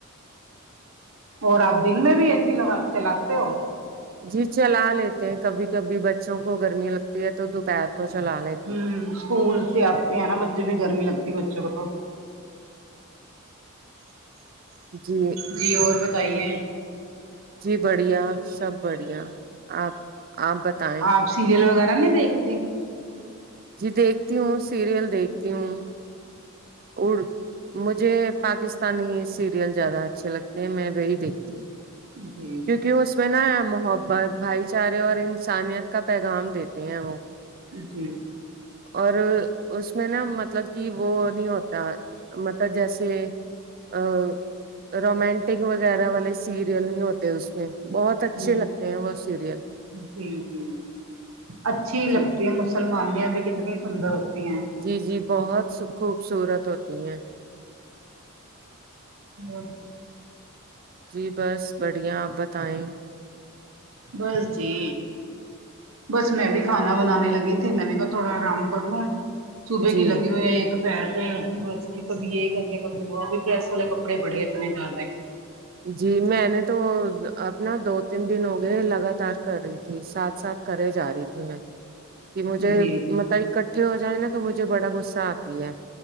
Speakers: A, on the right; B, on the right.
A: اور آپ دن میں بھی اے س لگا چ لاتے ہو
B: جی چلا لیتے ہیں کبھی کبھی بچوں کو گرمی لگتی ہے تو دوپہر کو کچ چلا لے
A: ہوں اسکول سے آتے ہیں نا بچے پھر گرمی لگتی ہے بچوں کو تو
B: جی
A: جی اور بتائیے
B: جی بڑھیا سب بڑھیا آپ آپ بتائیں
A: آپ سیریل وغیرہ نہیں دیکتے
B: جی دیکھتی ہوں سیریل دیکھتی ہوں د مجھے پاکستانی سیریل زیادہ اچھے لگتے ہیں میں وہی دیکھتی ہوں
A: جی جی
B: کیونکہ اس میں نا ہے محبت بھائی چارے اور انسانیت کا پیغام دیتے ہیں وہ
A: جی
B: اور اس میں نا مطلب کہ وہ نہیں ہوتا مطلب جیسے ا رومانٹک وغیرہ والے سیریل نہیں ہوتے اس میں بہت اچھے
A: جی
B: لگتے ہیں وہ سیریل
A: جی جی اچھی لگتی
B: جی
A: ہے مجھے مسلمانیاں بھی کتنی سندر ہوتی ہیں
B: جی جی بہت سو خوبصورت ہوتی ہیں
A: ہ <unintelligible>
B: جی بس بڑھیا آپ بتائیں
A: بس جی بس میں بھی کھانا بنانے لگی تھی میں نے کہا تھوڑا آرام کر لوں صبح
B: جی
A: کی لگی ہوئی ہے ایک پیر پہ بس کبھی یہ کرنے کبھی وہ ابھی پریس والے کپڑے بڑے اتنے جیادہ ہے
B: جی میں نے تو اپنا دو تین دن ہو گئے لگاتار کر رہی تھی ساتھ ساتھ کرے جا رہی تھی میں کہ مجھے
A: جی جی
B: مطلب اکٹھے ہو جائے نا تو مجھے بڑا غصہ آتی ہے